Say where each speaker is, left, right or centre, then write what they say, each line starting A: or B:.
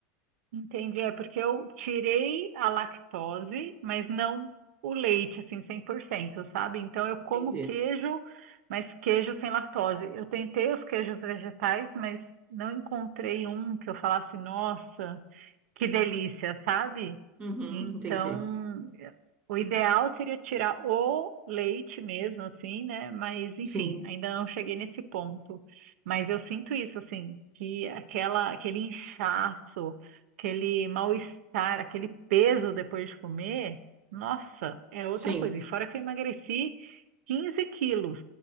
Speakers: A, on the right; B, on the right.
A: Entendi. É porque eu tirei a lactose, mas não o leite, assim, 100%, sabe? Então eu como
B: Entendi.
A: queijo, mas queijo sem lactose. Eu tentei os queijos vegetais, mas não encontrei um que eu falasse, nossa. Que delícia, sabe?
B: Uhum,
A: Então,
B: entendi.
A: o ideal seria tirar o leite mesmo, assim, né? Mas, enfim,
B: Sim,
A: ainda não cheguei nesse ponto. Mas eu sinto isso, assim, que aquela, aquele inchaço, aquele mal-estar, aquele peso depois de comer, nossa, é outra
B: sim.
A: coisa. E fora que eu emagreci 15 quilos.